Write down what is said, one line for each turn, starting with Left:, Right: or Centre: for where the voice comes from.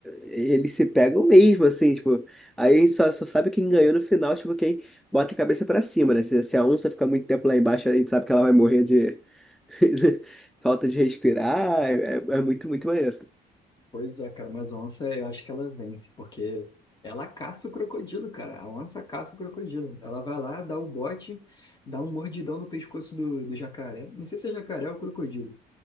Centre: eles se pegam mesmo, assim, tipo... Aí a gente só, só sabe quem ganhou no final, tipo, quem bota a cabeça pra cima, né? Se, se a onça ficar muito tempo lá embaixo, a gente sabe que ela vai morrer de... <laughs> falta de respirar, é, é é muito, muito maneiro.
Left: Pois é, cara, mas a onça eu acho que ela vence, porque ela caça o crocodilo, cara. A onça caça o crocodilo. Ela vai lá, dá o bote, dá um mordidão no pescoço do, do jacaré. Não sei se é jacaré ou crocodilo.